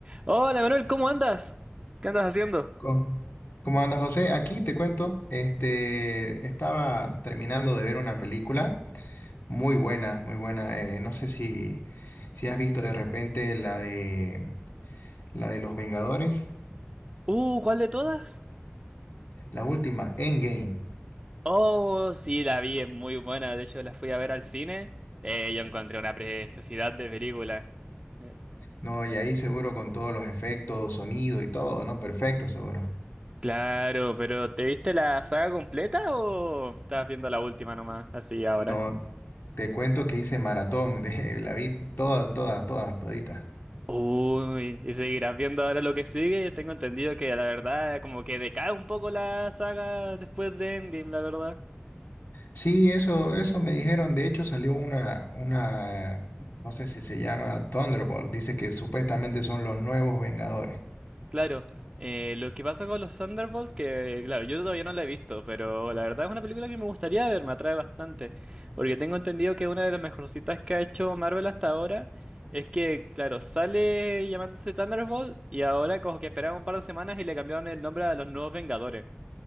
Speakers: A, on the right; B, on the left.
A: Hola Manuel, ¿cómo andas? ¿Qué andas haciendo?
B: Co- ¿Cómo andas, José? Aquí te cuento, este, estaba terminando de ver una película muy buena, muy buena. eh, no sé si, si has visto de repente la de, la de Los Vengadores,
A: Uh, ¿cuál de todas?
B: la última, Endgame.
A: Oh, sí, la vi, es muy buena. De hecho, la fui a ver al cine. Eh, yo encontré una preciosidad de película. Eh,
B: No, y ahí seguro con todos los efectos, sonido y todo, ¿no? Perfecto, seguro.
A: Claro, pero ¿te viste la saga completa o estabas viendo la última nomás, así ahora?
B: No, te cuento que hice maratón, <laughs> de- la vi toda, todas, todas, todita.
A: Uy, ¿y seguirás viendo ahora lo que sigue? Yo tengo entendido que la verdad como que decae un poco la saga después de Endgame, la verdad.
B: Sí, eso, eso me dijeron. De hecho, salió una, una, no sé si se llama Thunderbolt. Dice que supuestamente son los nuevos Vengadores.
A: Claro, eh, lo que pasa con los Thunderbolts, que claro, yo todavía no la he visto, pero la verdad es una película que me gustaría ver, me atrae bastante, porque tengo entendido que una de las mejorcitas que ha hecho Marvel hasta ahora es que, claro, sale llamándose Thunderbolt y ahora como que esperaron un par de semanas y le cambiaron el nombre a los Nuevos Vengadores,